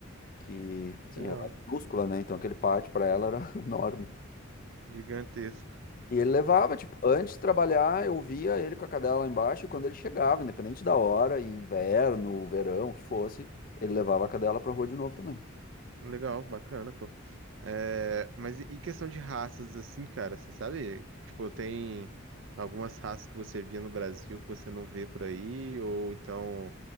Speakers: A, on the left; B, on the right.
A: que, sim,
B: legal.
A: ela é minúscula, né? Então aquele pátio para ela era <laughs> enorme.
B: Gigantesco.
A: E ele levava, tipo, antes de trabalhar, eu via ele com a cadela lá embaixo, e quando ele chegava, independente da hora, e inverno, verão, o que fosse, ele levava a cadela pra rua de novo também.
B: Legal, bacana, pô. É, mas e e questão de raças, assim, cara, você sabe? Tipo, tem algumas raças que você via no Brasil que você não vê por aí, ou então